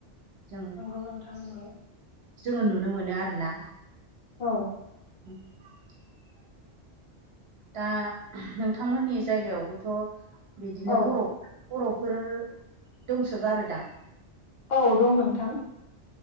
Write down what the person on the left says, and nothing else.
नंगौ नोंथां नंगौ।
औ।
औ
औ दं नोंथां